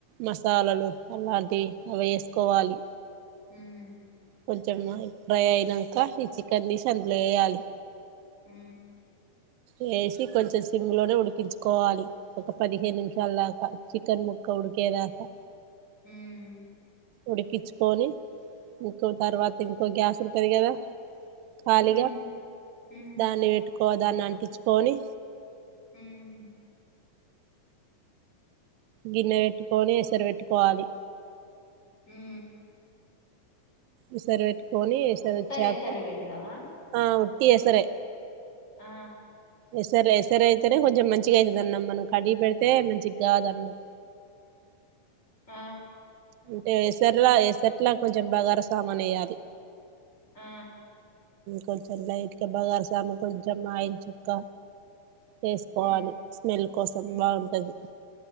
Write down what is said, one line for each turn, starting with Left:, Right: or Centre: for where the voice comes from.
Right: మసాలాలు అలాంటి అవి వేసుకోవాలి
Left: హ్మ్
Right: కొంచెం ఫ్రై అయినంక ఈ చికెన్ని తీశి అందులో వేయాలి
Left: అ
Right: వేసి కొంచెం సిమ్ లోనే ఉడికించుకోవాలి ఒక పదిహేను నిమిషాల దాకా చికెన్ ముక్క ఉడికేదాకా
Left: హ్మ్
Right: ఉడికిచుకొని ఇంకో తర్వాత ఇంకో గ్యాస్ ఉంటుది కదా ఖాళీగా
Left: హ్మ్ హ్మ్
Right: దాన్ని పెట్టుకో దాన్నీ అం ఇ చ్చుకొని
Left: మ్
Right: గిన్నే బెట్టుకొని ఎసరు పేట్టుకోవాలి.
Left: ము
Right: ఈసారి పెట్టు కోని ఎసారోచాక
Left: ఉత్త ఎసరు పెట్టడమా
Right: ఆ ఉత్తి ఎసరే
Left: ఆ
Right: ఎస్సర్ ఎస్సర్ అయితేనే కొంచెం మంచిగా అయి తది అన్నం మనం కడిగి పెడితే మంచిగా కాదన్నం
Left: ఆ
Right: అంటే ఎసర్లా ఎసట్ల లా కొంచెం బగార సామాన్ వేయ్యాలి
Left: అ
Right: కొంచం లైట్గా బగార సమాన్, కొంచం అయిల్ చుక్క వేసుకోవాలి,
Left: హ్మ్
Right: స్మెల్ కోసం
Left: హ్మ్
Right: బాగుంటది.